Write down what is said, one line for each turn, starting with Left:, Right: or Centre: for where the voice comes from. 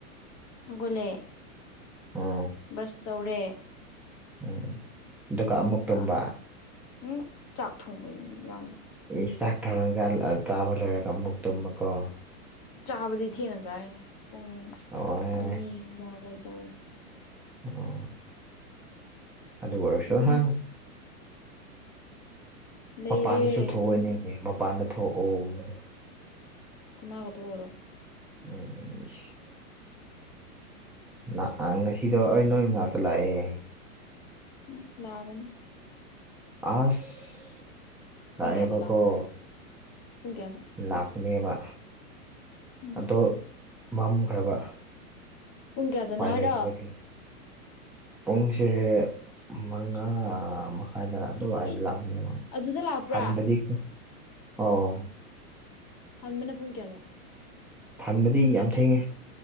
Left: ꯍꯧꯒꯠꯂꯦ
Centre: ꯎꯝ
Left: ꯕ꯭ꯔꯁ ꯇꯧꯔꯦ
Centre: ꯎꯝ
Left: ꯑꯗꯨꯒ
Centre: ꯑꯃꯨꯛ ꯇꯨꯝꯕ
Left: ꯍꯨꯝ ꯆꯥꯛ ꯊꯣꯡꯕ <unintelligible>
Centre: ꯏꯁ ꯆꯥꯛ ꯊꯣꯡꯔꯒꯥꯂ ꯑꯥ ꯆꯥꯕ ꯂꯣꯏꯔꯒ ꯑꯃꯨꯛ ꯇꯨꯝꯕꯀꯣ
Left: ꯆꯥꯕꯗꯤ ꯊꯦꯡꯅ ꯆꯥꯌꯦ ꯄꯨꯡ
Centre: ꯑꯣ
Left: ꯑꯅꯤ <unintelligible>
Centre: ꯑꯣ ꯑꯗꯨ ꯑꯣꯏꯔꯁꯨ
Left: ꯑꯗꯨꯝ
Centre: ꯍꯪ
Left: ꯂꯩꯔꯦ
Centre: ꯃꯄꯥꯟꯗꯁꯨ ꯊꯣꯛꯑꯣꯏꯅꯦꯍꯦ
Left: ꯑꯗꯨꯝ
Centre: ꯃꯄꯥꯟꯗ ꯊꯣꯛꯑꯣ
Left: ꯀꯅꯥꯒ ꯊꯣꯛꯑꯣꯔ
Centre: ꯎꯝ ꯏꯁ ꯂꯥꯛꯑꯥ ꯉꯁꯤꯗꯣ ꯑꯩ ꯅꯣꯏ ꯃꯅꯥꯛꯇ ꯂꯥꯛꯑꯦ
Left: ꯍꯝ ꯂꯥꯛꯑꯃꯅꯤ
Centre: ꯑꯁ
Left: ꯄꯨꯡ
Centre: ꯂꯥꯛꯑꯦꯕꯀꯣ
Left: ꯀꯌꯥꯗ ꯂꯥꯛꯄ ꯍꯥꯏ ꯄꯨꯨꯡ ꯀꯌꯥꯗ
Centre: ꯂꯥꯛꯄꯅꯦꯕ
Left: ꯎꯝ
Centre: ꯑꯗꯣ ꯃꯝꯈ꯭ꯔꯕ
Left: ꯄꯨꯡ ꯀꯌꯥꯗꯅꯣ
Centre: ꯄꯥꯏ
Left: ꯍꯥꯏꯔꯣ
Centre: ꯂꯩꯇꯕ ꯀꯤ ꯄꯨꯡꯁꯦ ꯃꯉꯥ ꯃꯈꯥꯏꯗ <unintelligible>
Left: ꯏ ꯑꯗꯨꯗ ꯂꯥꯛꯄ꯭ꯔꯥ
Centre: ꯍꯟꯕꯗꯤ ꯑꯣ
Left: ꯍꯥꯟꯕꯅ ꯄꯨꯡ ꯀꯌꯥꯗ
Centre: ꯍꯥꯟꯕꯗꯤ ꯌꯥꯝ ꯊꯦꯡꯉꯦ